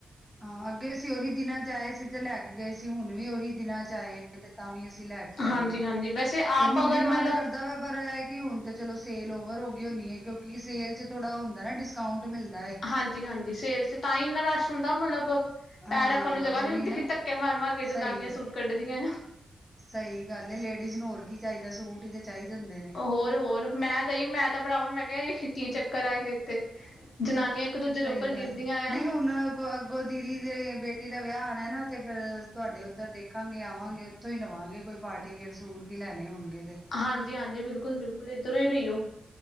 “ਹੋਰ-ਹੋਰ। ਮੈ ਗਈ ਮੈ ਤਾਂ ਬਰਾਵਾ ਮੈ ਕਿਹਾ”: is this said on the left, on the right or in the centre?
Left